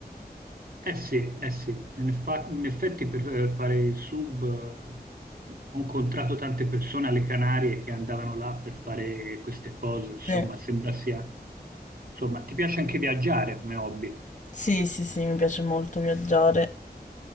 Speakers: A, on the right (about 60°); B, on the left (about 45°).
A: Eh sì, eh sì, in, effa- in effetti per eh, fare il sub eh, ho incontrato tante persone alle Canarie che andavano là per fare queste cose, insomma,
B: Sì,
A: sembra sia... Insomma, ti piace anche viaggiare come hobby?
B: sì, sì, sì, mi piace molto viaggiare.